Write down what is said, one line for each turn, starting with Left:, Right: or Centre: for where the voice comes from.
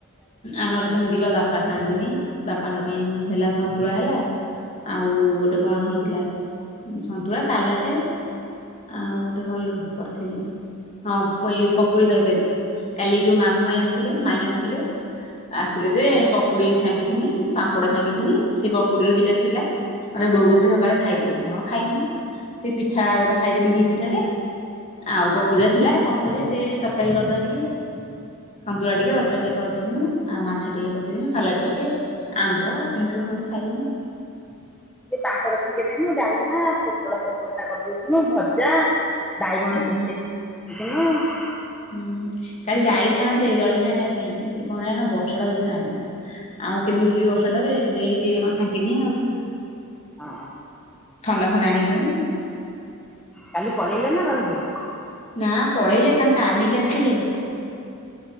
Left: ଆମର ସେମିତି ବା ବାପା ଖାଆନ୍ତିନି। ବାପାଙ୍କ ପାଇଁ ହେଲା ସନ୍ତୁଳା ହେଲା ଆଉ ଗୋଟେ କଣ ହେଇଥିଲା ସନ୍ତୁଳା ସାଲାଟ ଆଉ ଗୋଟେ କଲୁ କରିଥିବି ହଁ ଏଇ ଯୋଉ ପକୁଡି ତରକାରୀ କାଲି ଯୋଉ ମାମୁଁ ମାଇ ଆସିଥିଲେ ମାଇଁ ଆସିଥିଲେ ଆସିଥିଲେ ଯେ ପକୁଡି ଛାଙ୍କିଥିନି ପାମ୍ପଡ ଛାଙ୍କିଥିନି ସେ ପକୁଡିରୁ ଦିଟା ଥିଲା ମତେ ବୋଉ କହୁଥିଲେ ସକାଳେ ଖାଇଦେ ମୁଁ ଆଉ ଖାଇନି ସେ ପିଠା ଗୋଟେ ଖାଇଦେନି ଘି ପିଠାଟେ ଆଉ ପକୁଡିଆ ଥିଲା କଣ କରି ଦେ ତରକାରୀ କରିଦବା ଟିକେ ସନ୍ତୁଳା ଟିକେ <inaudible> ଟିକେ କରିଦେଇଥିନୁ ଆଉ ମାଛ ଟିକେ କରିଦେଇଥିନୁ ସାଲାଡ ଟିକେ ଆମ୍ବ ଏମିତି ସବୁ ଖାଇଦିନୁ ଆଉ।
Centre: ସେ ପାମ୍ପଡ଼ ଛାଙ୍କିଦନୁ ଡାଲମା ପୋଟଳ ଆଳୁ କଷା କରିଦେଇଥିନୁ ଭଜା। ବାଇଗଣ
Left: ଉଁ
Centre: ଚେ
Left: ହୁଁ
Centre: <unintelligible>
Left: ହୁଁ କାଲି ଯାଇଥାନ୍ତେ ଜଳିଖୀ ଆଣି ପାଇଁ ଏ କଣ ହେଲା ନା ବର୍ଷା ଟା ଯୋଉ ନା ଆଉ କେମିତି ଯିବି ବର୍ଷା ଟାରେ ଦେଇ ଟିକ କଣ ଛାଙ୍କି ଦିଏ ଆଉ।
Centre: ହଁ
Left: ଥଣ୍ଡା ଫଣ୍ଡା ଆଣିକି ଦେନି।
Centre: କାଲି <unintelligible>
Left: ନା ପଳେଇଲେ ତାଙ୍କ କାର ନେଇକି ଆସିଥିଲେ।